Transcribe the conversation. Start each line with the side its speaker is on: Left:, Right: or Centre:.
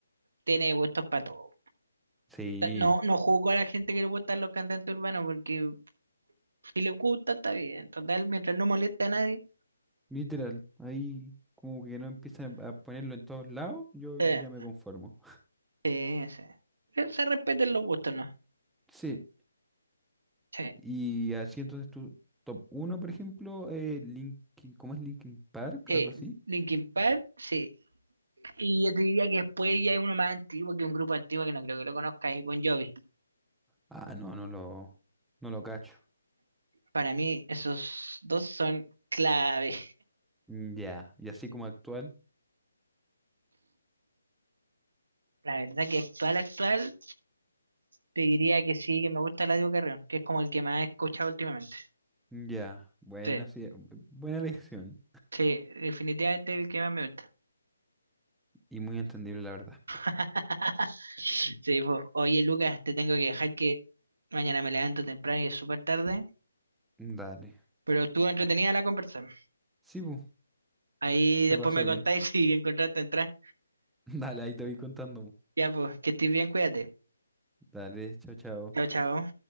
Right: tiene gustos para todo.
Centre: Sí,
Right: No, no juzgo a la gente que le gustan los cantantes urbanos, porque si le gusta, está bien. Total, mientras no moleste a nadie.
Centre: literal. Ahí como que no empiezan a ponerlo en todos lados, yo,
Right: eh,
Centre: yo ya me conformo.
Right: sí, sí. Que Se respeten los gustos, ¿no?
Centre: Sí,
Right: Sí.
Centre: Y así entonces tu top uno por ejemplo, eh, Linkin, ¿cómo es Linkin Park?
Right: Eh,
Centre: ¿Algo así?
Right: Linkin Park, sí. Y yo te diría que después ya hay uno más antiguo que un grupo antiguo que no creo que lo conozca, es Bon Jovi.
Centre: Ah, no, no lo, no lo cacho.
Right: Para mí, esos dos son clave.
Centre: Mm, Ya, Y así como actual,
Right: La verdad que actual, actual, te diría que sí, que me gusta Eladio Carrión, que es como el que más he escuchado últimamente.
Centre: mm, ya, buena,
Right: Sí,
Centre: sí, eh, buena elección
Right: sí, definitivamente el que más me gusta.
Centre: y muy entendible la verdad.
Right: <laughs> Sí, po. Oye, Lucas, te tengo que dejar que mañana me levanto temprano y es súper tarde,
Centre: Dale.
Right: pero estuvo entretenida la conversación.
Centre: Sí, bu,
Right: Ahí
Centre: se
Right: después
Centre: pasó
Right: me
Centre: bien.
Right: contáis <laughs> si encontraste entrar.
Centre: <laughs> Dale, ahí te voy contando. bu.
Right: Ya, pues, que estés bien, cuídate.
Centre: Dale, chao, chao.
Right: Chao, chao.